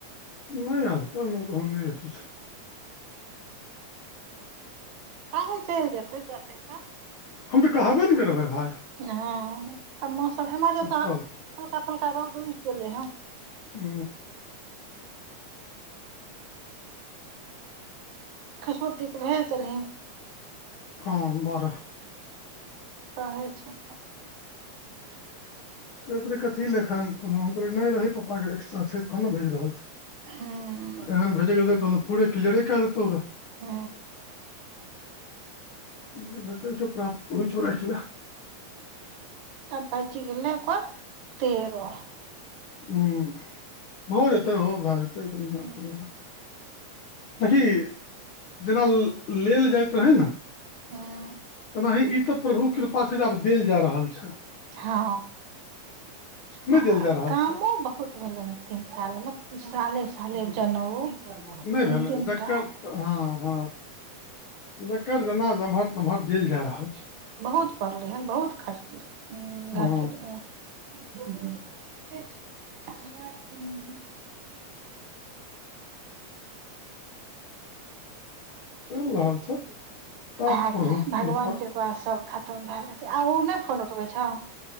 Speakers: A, on the left (about 80°); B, on the right (about 75°).
A: नहि हल तऽ तन नहि अथि छै
B: अी चलि जेतै जतै त
A: हम त कहबे ने करबै भाइ
B: हँ आ मौसम एम्हर सभ तऽ
A: चल
B: हल्का फल्का रौद उगि गेलै हँ
A: हू।
B: खशबूती के भेल चल हैं
A: ह बर
B: कहै छै।
A: कहैत रहै की लेखन कोनो हम कहलियै नहि रही पापाके एक्स्ट्रा छै तहन ने भेज रहल छ
B: हूँ
A: एन भजत ओ पूराे किलजड़ कऽ आतौर
B: आ।
A: जे भेट हो छै प्राप्त हो छै रखा
B: आ बाची गेल ने ओकर तरो
A: ह भऽ जेतै भए जेतै
B: हँ
A: देखी जेना लेलऽ जाइत रहै ने।
B: हँ
A: तेनाही ई तऽ प्रभु कृपा छै जे आब देल जऽ रहल छै
B: हँ
A: नहि
B: आ
A: देल जा रहल
B: कामो
A: छै
B: बहुत भेलै तीन साल मे साले साले जनउ
A: नहि
B: तीन
A: भेलै
B: तीन
A: जकरऽ
B: टा
A: ह ह जकर जेना जम्हर तम्हर देल जा रहल छै।
B: बहुत पड़लै हन बहुत खचलै
A: हँ
B: घटलै। <unintelligible>
A: चलि रहल छै टा
B: भए
A: प्रभुक
B: गेलै भगवान
A: कृपा
B: कृपास सभ खतम भए जेतै ओ नहि फोन उठबै छहो